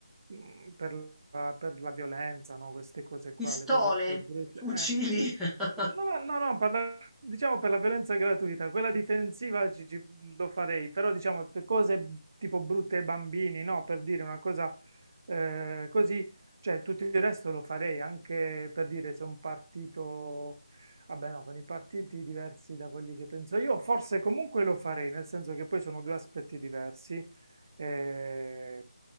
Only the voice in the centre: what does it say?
Pistole,
fucili.
<laughs>